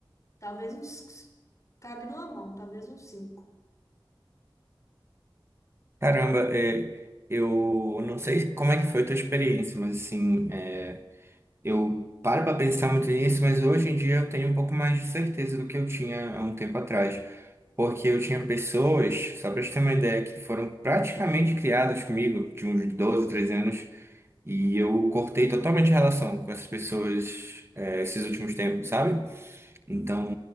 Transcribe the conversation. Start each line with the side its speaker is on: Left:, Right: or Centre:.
Left: talvez uns cabe numa mão, talvez uns cinco.
Right: Caramba, é, eu não sei como é que foi a tua experiência, mas assim, é, eu paro para pensar muito nisso, mas hoje em dia eu tenho um pouco mais de certeza do que eu tinha há um tempo atrás. Porque eu tinha pessoas, só para te ter uma ideia, que foram praticamente criadas comigo, de uns 12, 13 anos, e eu cortei totalmente a relação com essas pessoas, é, esses últimos tempos, sabe? Então,